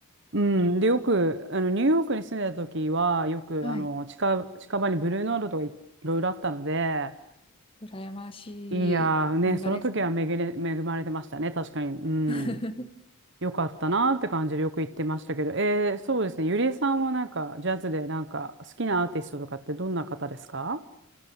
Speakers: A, on the right; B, on the left.
A: うん。で、よく、あの、ニューヨークに住んでた時は、よく、
B: はい。
A: あの、近、近場にブルーノートとかい、いろいろあったので、
B: 羨ましい。
A: いやーね、
B: 本場ですね。
A: その時は恵れ、恵まれてましたね、確かに。うん。
B: <laughs>
A: よかったなーって感じでよく言ってましたけど、えー、そうですね、ゆりえさんはなんか、ジャズでなんか、好きなアーティストとかってどんな方ですか